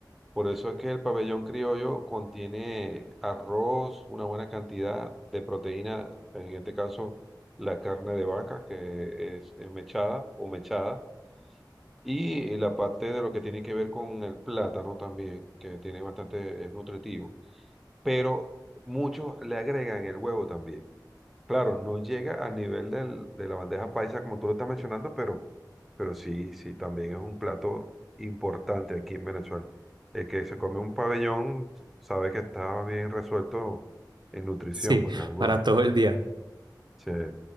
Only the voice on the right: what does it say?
Sí,
para todo el día.